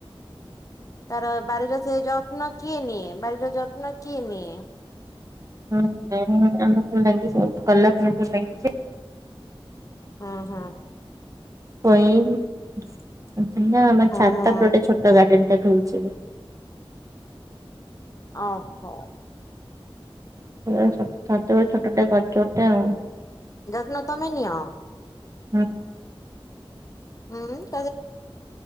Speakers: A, on the left (about 35°); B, on the right (about 35°).
A: ତାର ବାରିର ସେ ଯତ୍ନ କିଏ ନିଏ? ବାରିର ଯତ୍ନ କିଏ ନିଏ?
B: <unintelligible> <unintelligible> <inaudible> ଲାଗିଚି।
A: ଅ ହଁ।
B: <unintelligible> <unintelligible> ଛାତ ଉପରେ ଗୋଟେ ଛୋଟ
A: ହଁ
B: ଗାର୍ଡେନଟେ କରିଚୁ ଏବେ।
A: ଅ ହ।
B: <unintelligible> ଛାତରେ ଛୋଟଟେ କରିଚୁ ଗୋଟେ ଆଉ।
A: ଯତ୍ନ ତମେ ନିିଅ?
B: ହଁ।
A: <unintelligible> <unintelligible> ସାର